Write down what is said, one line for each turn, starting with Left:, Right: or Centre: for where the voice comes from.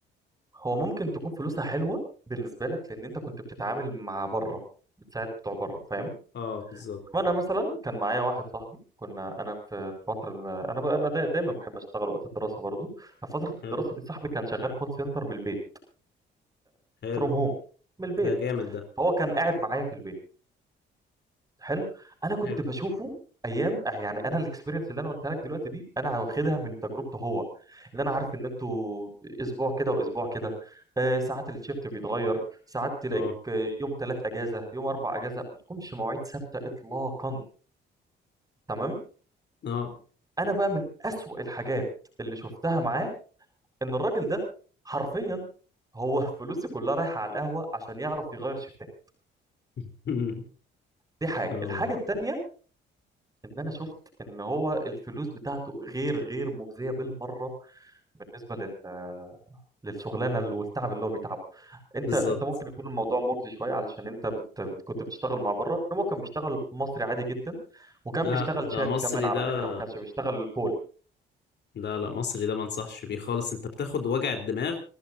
Right: هو ممكن تكون فلوسها حلوه بالنسبه لك لان انت كنت بتتعامل مع بره بتساعد بتوع بره فاهم
Left: اه بالظبط
Right: ما انا مثلا كان معايا واحد صاحبي كنا انا في فتره ال- انا بقى انا داي- دايما بحب اشتغل وقت الدراسه برضو ففتره
Left: حلو
Right: الدراسه دي صاحبي كان شغال كول سنتر من البيت
Left: حلو
Right: فروم هوم من البيت
Left: ده جامد ده
Right: فهو كان قاعد معايا في البيت حلو انا كنت
Left: حلو
Right: بشوفه ايام يعني انا الاكسبيرينس اللي انا قلتها لك دلوقتي دي انا واخدها من تجربته هو اللي انا عارف ان انتوا اسبوع كده واسبوع كده آه، ساعات الشيفت بيتغير ساعات تلاقيك
Left: اه
Right: آه، يوم ثلاث اجازه يوم اربع اجازه ما لكمش مواعيد ثابته اطلاقا تمام
Left: اه
Right: انا بقى من اسوأ الحاجات اللي شفتها معاه ان الراجل ده حرفيا هو <laughs> فلوسه كلها رايحه على القهوه عشان يعرف يغير شيفتات
Left: <laughs>
Right: دي حاجه
Left: اه
Right: الحاجه التانيه ان انا شفت ان هو الفلوس بتاعته غير غير مجزيه بالمره بالنسبه لل... للشغلانه اللي- والتعب اللي هو بيتعبه انت
Left: بالظبط
Right: انت ممكن يكون الموضوع مجزي شويه علشان انت بت... بت... كنت بتشتغل مع بره انما هو كان بيشتغل مصري عادي جدا وكان
Left: لا
Right: بيشتغل
Left: ده
Right: شات
Left: مصري
Right: كمان على
Left: ده
Right: فكره ما كانش بيشتغل الكول
Left: لا لا مصري ده ما انصحش بيه خالص انت بتاخد وجع الدماغ